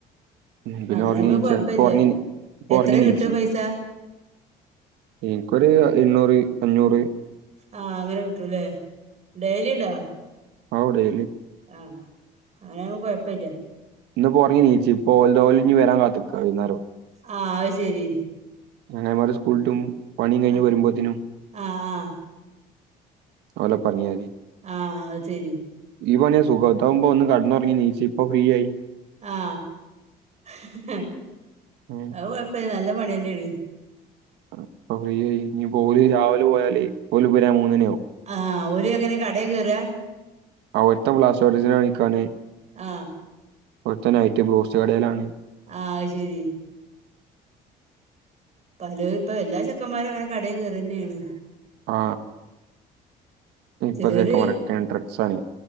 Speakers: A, on the right; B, on the right.
A: ഉം, പിന്നെ
B: അങ്ങനെ
A: ഉറങ്ങി
B: നമ്മള്
A: നീച്ചാൽ
B: കൊഴപ്പില്ല്യ
A: ഇപ്പൊ ഉറങ്ങി നീ- ഇപ്പൊ
B: എത്രയ
A: ഉറങ്ങി നീച്ച്
B: കിട്ട പൈസ
A: എനിക്കൊരു എണ്ണൂറ് അഞ്ഞൂറ്
B: ആ അങ്ങനെ കിട്ടൂല്ലേ ഡെയ്ലി ഇണ്ടോ
A: അവിടെ
B: ആ അങ്ങനെയാവുമ്പോ കൊഴപ്പില്ല
A: ഇന്ന് പൊറങ്ങി ഇണീച്ച് ഇപ്പോ <unintelligible> ഓല് ഇനി വരാൻ കാത്തിക്കാ വൈന്നേരം
B: ആ അത് ശരി
A: ചെങ്ങായിമാര് സ്കൂളിട്ടും പണിയും കഴിഞ്ഞ്
B: ആഹ്
A: വരുമ്പോത്തിനും
B: ആഹ് ആഹ്
A: അവളെ പറഞ്ഞാതി
B: ആ അതരി
A: ഈ പണിയാ സുഖം ഇതാവുമ്പോ ഒന്ന് കെടന്നൊറങ്ങി ഇണീച്ച് ഇപ്പൊ ഫ്രീ ആയി
B: ആ ഹ്ഹ്
A: ഉം,
B: അത് കുഴപ്പില്ല നല്ല പണിതന്നെയാണ്
A: ഇപ്പ ഫ്രീ ആയി ഇനി പോല് രാവിലെ പോയാല് ഓല് വരാൻ മൂന്നുമണിയാവും
B: ആ ഓര് എങ്ങനെ കടേ കേറാ
A: ഒരുത്തൻ പ്ലാസ്റ്റൊഡിസിന് പണിക്കാന്
B: ആ
A: ഒരുത്തൻ നൈറ്റ് ബ്രോസ്റ്റ് കടയിലാണ്
B: ആ അത് ശരി പലും ഇപ്പൊ എല്ലാ ചെക്കന്മാരും ഇങ്ങനെ കടയി കേറന്നെയാണ്
A: ആ ഇപ്പത്തെ
B: ചെലോര്
A: ചെക്കമ്മാരോക്കെ ഡ്രെഗ്സ് ആണ്